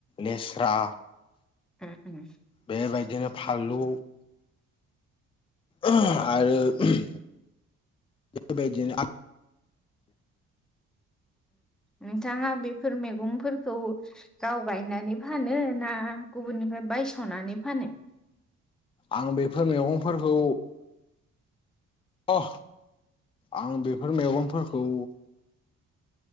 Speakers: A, on the left; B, in the centre.
A: लेस्रा
B: ओ ओ
A: बेबायदिनो फानलु आरो बेबायदिनो
B: नोंथाङा बेफोर मैगंफोरखौ गाव गायनानै फानो ना गुबुननिफ्राय बायस'नानै फानो
A: आं बेफोर मैगंफोरखौ अ आं बेफोर मेगंफोरखौ